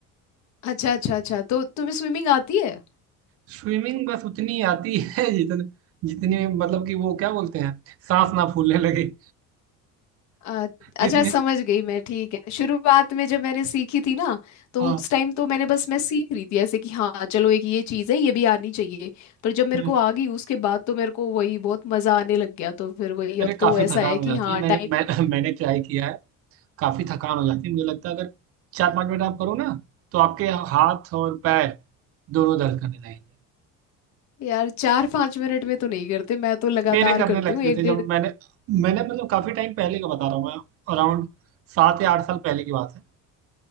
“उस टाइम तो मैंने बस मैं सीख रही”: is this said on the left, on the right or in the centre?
Left